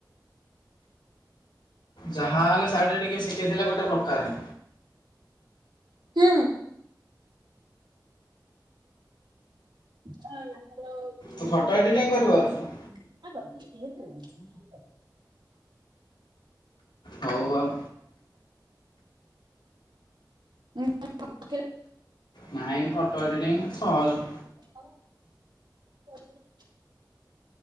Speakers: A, on the left; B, on the right.
A: ଯାହା ହେଲେ ସାଇଡରେ ଟିକେ ଶିଖିଥିଲେ ଗୋଟେ ପ୍ରକାରେ।
B: ହୁଁ। ହଁ ଯୋଉ
A: ତୁ ଫଟୋ ଏଡିଟିଂ କରି ପାରୁଚୁ?
B: <unintelligible>
A: ହଉ ଆଉ।
B: ଉଁ ଉଁ ମୋ ପାଖରେ
A: ନାହିଁ ଫଟୋ ଏଡ଼ିଟିଂ ସହଜ।
B: ହଉ କରିବି।